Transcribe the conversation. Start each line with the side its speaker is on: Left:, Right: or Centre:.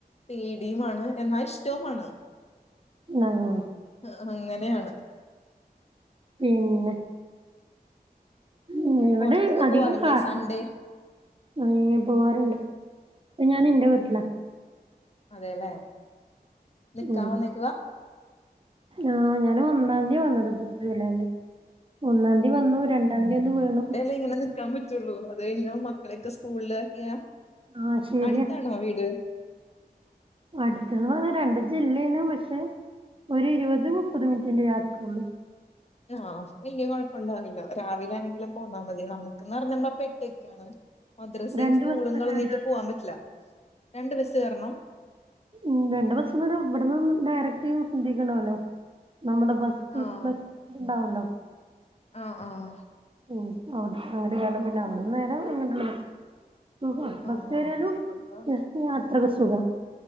Left: പേടിയുമാണ് എന്നാശ് റ്റൊമാണ്
Right: ണാഹ്
Left: ആഹ് അങ്ങനെയാണ്.
Right: പിന്നെ ഉം ഇവിടെ
Left: പൊറത്തൊക്കെ
Right: അധികം
Left: പോവാറില്ലേ
Right: കാർട്ടൂൺ
Left: സൺഡേ
Right: ഉം പോവാറുണ്ട് ഇപ്പൊ ഞാനിന്റെ വീട്ടിലാ
Left: അതേല്ലേ നിക്കാ
Right: ഉം
Left: വന്നേക്കുവാ
Right: ആഹ് ഞാനൊന്നദ്യ വന്നത് ഇപ്പൊ ജൂലൈയില് ഒന്നാന്തി വന്നു രണ്ടാദ്യൊന്ന് വീണു.
Left: ത്തിങ്ങനെ നിക്കാ പറ്റ് റ്റൊള്ളൂ അതഴിഞ്ഞ മക്കളൊക്കെ സ്കൂളിലാക്കിയാ
Right: ആഹ് ശരിയാ
Left: അടുത്താണോ വീട്
Right: അടുത്ത്ന്ന് പറഞ്ഞ രണ്ട് ജില്ലേണ് പക്ഷെ ഒരു ഇരുപത് മുപ്പത് മിനിറ്റിന്റെ യാത്രൊള്ളു.
Left: ആഹ് അപ്പോ വല്ല്യ കൊഴപ്പുണ്ടാവില്ല രാവിലെ ആണെങ്കിലും പോന്നാ മതി നമുക്ക്ന്നറഞ്ഞ മ്മ പെട്ട്ക്കാണ് മദ്രസയും
Right: രണ്ട്
Left: സ്കൂളും
Right: ബസ്
Left: കളഞ്ഞിട്ട്
Right: കയറിയാലേ
Left: പോവാൻ
Right: ഉള്ളൂ.
Left: പറ്റില്ല രണ്ട് ബസ്സ് കേറണം?
Right: ഉം രണ്ട് ബസ്സ്ന്നറഞ്ഞ ഇവ്വിടുന്ന് ഡയറക്റ്റ് സിദീക്കുണ്ടാവല്ലോ നമ്മുടെ ബസ്
Left: ആഹ്
Right: സ് ബസ് ഇണ്ടാവൊല്ലോ
Left: ആഹ് ആഹ്
Right: ഉം ആഹ് അങ്ങട്ട് കേറണം അവ്ടുന്നേരേ ഇങ്ങട്ട്ള്ളെ ബസ് സുഖ ബസ്സേറിയാലും
Left: ആഹ് അപ്പൊ
Right: എസ്റ്റ് യാത്രൊക്കെ സുഖ